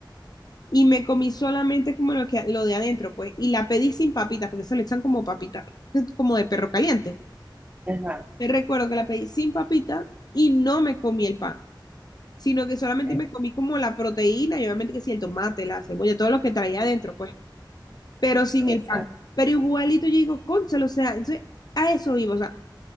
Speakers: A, on the left (about 55°); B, on the right (about 20°).
A: y me comí solamente como lo que lo de adentro, pues, y la pedí sin papitas, porque se le echan como papitas, <laughs> como de perro caliente.
B: ajá,
A: Te recuerdo que la pedí sin papita y no me comí el pan, sino que solamente
B: okay,
A: me comí como la proteína y obviamente que sí, el tomate, la cebolla, todo lo que traía adentro, pues, pero sin
B: exacto.
A: el pan. Pero igualito yo digo, cónchale, o sea, entonces, a eso vivo, o sea,